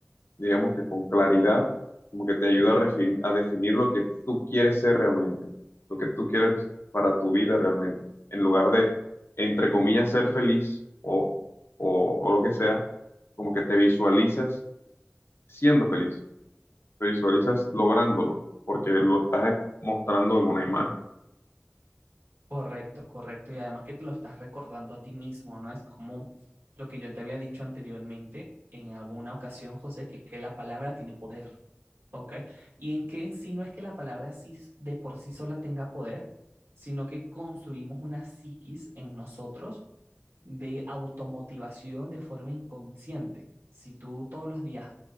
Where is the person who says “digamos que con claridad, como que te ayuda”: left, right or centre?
Left